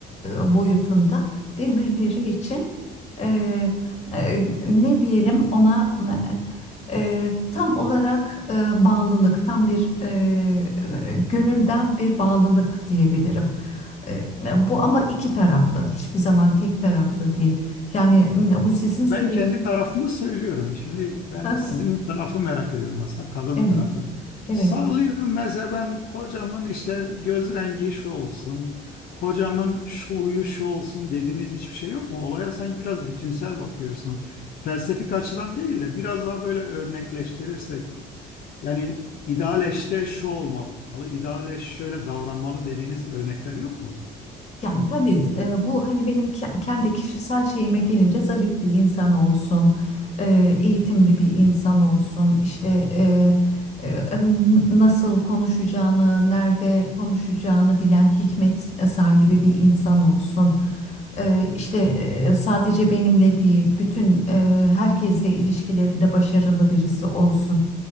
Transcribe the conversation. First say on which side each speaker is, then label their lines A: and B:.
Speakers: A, on the left; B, on the left.
A: e, boyutunda birbirleri için e, e, ne diyelim ona e, tam olarak e, bağlılık, tam bir e, gönülden bir bağlılık diyebilirim. E, Bu ama iki taraflı, hiçbir zaman tek taraflı değil. Yani m, bu sizin söylediğiniz.
B: Ben kendi tarafımı söylüyorum. Şimdi ben
A: <laughs>
B: sizin tarafı merak ediyorum aslında kadın
A: Evet,
B: tarafı.
A: evet.
B: Sallıyorum mesela ben kocamın işte göz rengi şu olsun, kocamın şu huyu şu olsun dediğiniz hiçbir şey yok mu? Olaya sanki biraz bütünsel bakıyorsunuz. Felsefik açıdan değil de biraz daha böyle örnekleştirirsek Yani ideal eşte şu olmalı, ideal eş şöyle davranmalı dediğiniz örnekler yok mu?
A: Yani tabii e, bu hani benim ke- kendi kişisel şeyime gelince zarif bir insan olsun, e, eğitimli bir insan olsun, işte e, e, n- nasıl konuşacağını, nerede konuşacağını bilen hikmet sahibi bir insan olsun. E, işte e, sadece benimle değil, bütün e, herkesle ilişkilerinde başarılı birisi olsun.